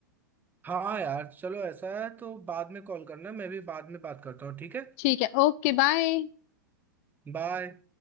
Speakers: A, on the right; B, on the left.
A: हाँ यार चलो ऐसा है तो बाद में कॉल करना मैं भी बाद में बात करता हूँ ठीक है
B: ठीक है Okay bye
A: बाय